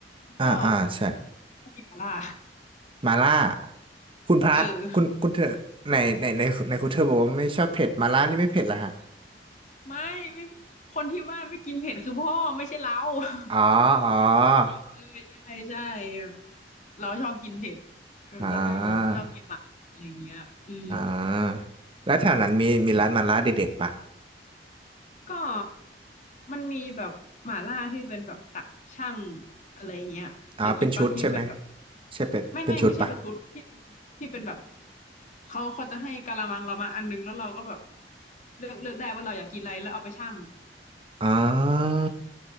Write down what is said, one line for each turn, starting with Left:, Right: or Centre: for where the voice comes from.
Right: อ่าอ่าใช่
Left: ก็ชอบกินหม่าล่า
Right: มาล่าคุณพระคุณคุณเธอในในในในคุณเธอบอกว่าไม่ชอบเผ็ดมาล่านี่ไม่เผ็ดเหรอฮะ
Left: <laughs> เออ ไม่ไม่คนที่บ้านไม่กินเผ็ดคือพ่อไม่ใช่เรา <laughs>
Right: <laughs> อ๋ออ๋อ
Left: เออใช่ใช่แบบเราชอบกินเผ็ดเออก็เลยแบบชอบกินหม่าล่าอะไรเงี้ยอืม
Right: อ่าอ่าแล้วแถวนั้นมีมีร้านมาล่าเด็ดๆปะ
Left: ก็มันมีแบบหม่าล่าที่เป็นแบบตักช่างอะไรเงี้ยเคยกินปะที่เป็นแบบ
Right: อ๋อเป็นชุดใช่ไหมใช่เป็นเป็นชุดปะ
Left: ไม่ไม่ไม่ใช่เป็นชุดที่เป็นที่เป็นแบบเขาเขาจะให้กะละมังเรามาอันนึงแล้วเราก็แบบเลือกเลือกได้ว่าเราอยากกินอะไรแล้วเอาไปชั่ง
Right: อ่า